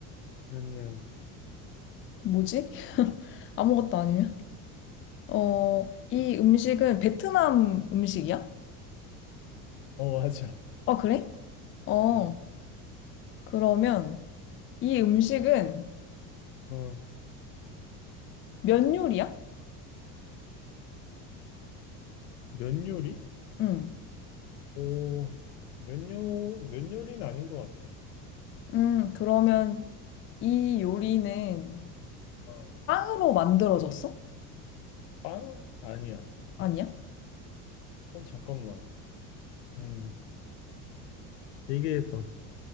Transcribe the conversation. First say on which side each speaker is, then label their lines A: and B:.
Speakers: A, on the left; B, on the left.
A: 아니야.
B: 뭐지? <laughs> 아무것도 아니면? 어, 이 음식은 베트남 음식이야?
A: 어, 맞아.
B: 아, 그래? 어,
A: 어,
B: 그러면 이 음식은
A: 어.
B: 면 요리야?
A: 면 요리?
B: 응.
A: 오, 면 요, 면 요리는 아닌 것 같아.
B: 음, 그러면 이 요리는
A: 어.
B: 빵으로 만들어졌어?
A: 빵? 아니야.
B: 아니야?
A: 어, 잠깐만. 음, 얘기해봐.